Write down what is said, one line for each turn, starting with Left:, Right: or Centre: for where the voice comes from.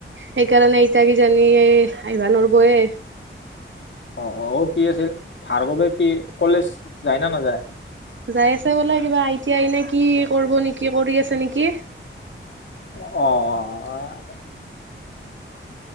Right: সেইকাৰণে ইতা কিজানি আইবা নৰবৈয়ে।
Left: অঁ অঁ! অ' কি আছিল, ভাৰ্গৱে কি কলেজ যায় না নাযায়?
Right: যাই আছে বোলে। কিবা আই টি আই নে কি? কৰিব নেকি? কৰি আছে নেকি?
Left: অঁ